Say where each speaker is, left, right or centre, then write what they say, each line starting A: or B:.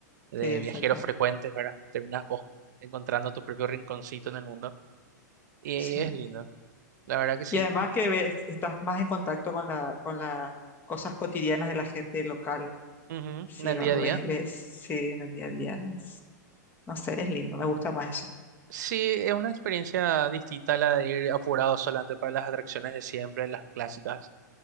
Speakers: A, on the right (about 70°); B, on the left (about 20°).
A: de
B: Sí, exacto.
A: viajeros frecuentes, ¿verdad? Terminas vos encontrando tu propio rinconcito en el mundo y,
B: Sí.
A: es lindo, la verdad que sí,
B: Y además que ves, estás más en contacto con la, con las cosas cotidianas de la gente local.
A: Ujú,
B: Sí,
A: En el
B: va-
A: día a
B: ves,
A: día.
B: ves, sí, en el día a día. Es- no sé, es lindo, me gusta más eso.
A: Sí, es una experiencia distinta a la de ir apurado solamente para las atracciones de siempre, las clásicas.